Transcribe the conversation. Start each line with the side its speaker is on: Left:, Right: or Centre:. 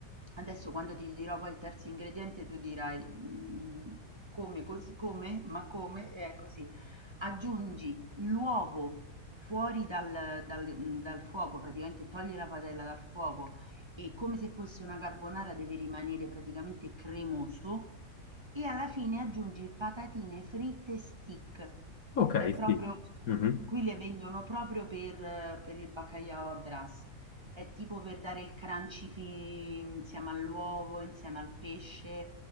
Right: adesso quando ti dirò poi il terzo ingrediente tu dirai mm, come, cos- come, ma come, e è così aggiungi l'uovo fuori dal dal dal fuoco, praticamente toglie la padella dal fuoco e come se fosse una carbonara deve rimanere praticamente cremoso e alla fine aggiungi patatine fritte stick,
Left: Ok,
Right: che è proprio
Left: sì. Mhm,
Right: qui le vendono proprio per per il baccalà à brace. È tipo per dare il crunchy fi insieme all'uovo, insieme al pesce,